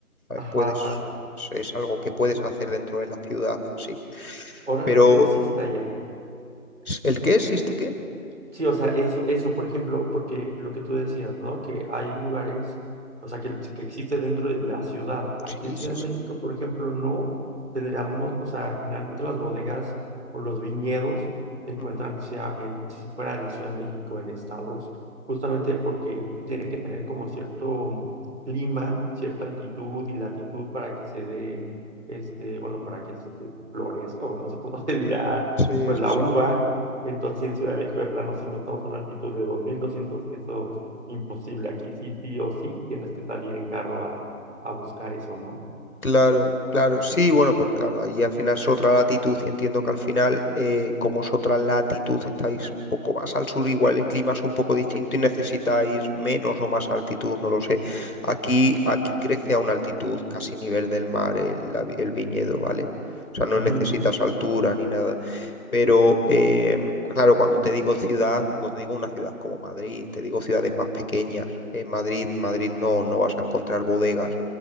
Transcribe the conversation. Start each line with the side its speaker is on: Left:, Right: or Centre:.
Left: ¿sabes?
Right: ajá,
Left: Puedes,
Right: ajá.
Left: es es algo que puedes hacer dentro de la ciudad, sí.
Right: Órale,
Left: Pero,
Right: eso existe allá.
Left: ¿el qué existe qué?
Right: Sí, o sea, eso, eso, por ejemplo, porque lo que tú decías, ¿no? Que hay lugares, o sea, que, que existe dentro de la ciudad. Aquí
Left: Sí,
Right: en Ciudad
Left: sí, sí.
Right: de México, por ejemplo, no tendríamos, o sea, generalmente las bodegas o los viñedos se encuentran
Left: Ujú.
Right: sea en, fuera de la Ciudad de México, en estados, justamente porque tienen que tener como cierto mm, clima, cierta altitud y latitud para que se den, este, bueno, para que se- eh, florezca, o no sé cómo <laughs> se dirá,
Left: Sí,
Right: pues
Left: sí,
Right: la
Left: sí.
Right: uva y entonces sí, en Ciudad de México de plano, si no estamos a una altitud de 2200, que eso imposible. Aquí sí, sí o sí, tienes que salir en carro a, a buscar eso, ¿no?
Left: Claro, claro. Sí, bueno, pues claro, ahí al final es otra latitud y entiendo que al final, eh, como es otra latitud, estáis un poco más al sur, igual el clima es un poco distinto y necesitáis menos o más altitud, no lo sé. Aquí, aquí crece a una altitud casi nivel del mar el, la vi- el viñedo, ¿vale? O sea, no
Right: Ujú,
Left: necesitas altura ni nada. Pero eh, claro, cuando te digo ciudad, no te digo una ciudad como Madrid, te digo ciudades más pequeñas. En Madrid, Madrid no, no vas a encontrar bodegas,